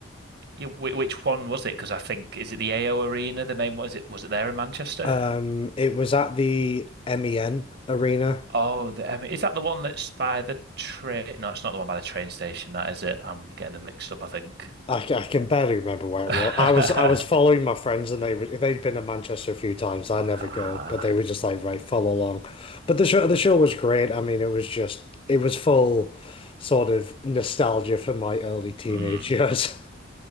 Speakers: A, on the right; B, on the left.
A: you- wh- which one was it? Because I think is it the AO Arena, the main one? Is it was it there in Manchester?
B: Um, it was at the MEN Arena.
A: Oh, the, I mean, is that the one that's by the train? No, it's not the one by the train station. That is it. I'm getting them mixed up, I think.
B: I, I can barely remember where
A: <laughs>
B: it was. I was I was following my friends, and they were- they'd been to Manchester a few times. I never
A: Ah,
B: go, but they were just like, right, follow along. But the show the show was great. I mean, it was just it was full sort of nostalgia for my early teenage
A: hmm.
B: years. <laughs>